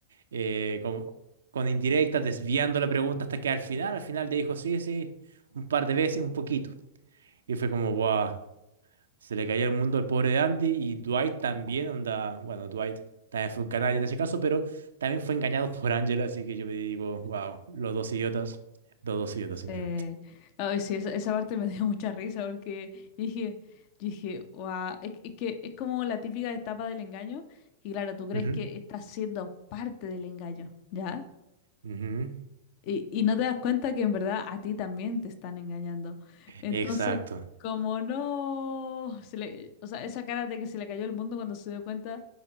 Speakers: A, on the right; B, on the left.
A: eh, como- con indirectas, desviando la pregunta hasta que al final, al final le dijo, sí, sí, un par de veces, un poquito. Y fue como, wow, se le caía el mundo al pobre de Andy y Dwight también, onda, bueno, Dwight también fue un canalla en ese caso, pero también fue engañado por Angela, así que yo me digo, wow, los dos idiotas, los dos idiotas
B: Sí.
A: simplemente.
B: Ay, sí, esa, esa parte me <laughs> dio mucha risa porque yo dije, yo dije, wow, es, es que es como la típica etapa del engaño, y claro, tú crees
A: Ujú,
B: que estás siendo parte del engaño, ¿ya?
A: ujú.
B: Y, y no te das cuenta que en verdad a ti también te están engañando. Entonces,
A: Exacto,
B: como no, se le- o sea, esa cara de que se le cayó el mundo cuando se dio cuenta